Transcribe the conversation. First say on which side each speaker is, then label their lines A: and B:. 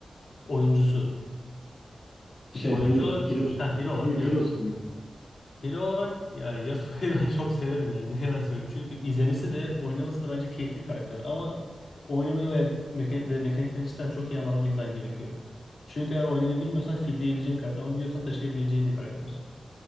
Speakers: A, on the left (about 70°); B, on the left (about 40°).
A: Oyuncusu.
B: Şey
A: Oyuncu
B: hayır,
A: olarak
B: Heroes'u.
A: ha hero olarak
B: He-
A: hero.
B: Heroes demek.
A: Hero olarak ya Yasuo'yu <laughs> ben çok severim yani ne yalan söyleyeyim. Çünkü izlemesi de oynaması da bence keyifli bir karakter. Ama oynamayı ve, mekan ve mekanikten cidden çok iyi anlamını bilmen gerekiyor. Çünkü eğer oynamayı bilmiyorsan fitleyebileceğin karakter ama biliyorsan taşıyabileceğin bir karakter.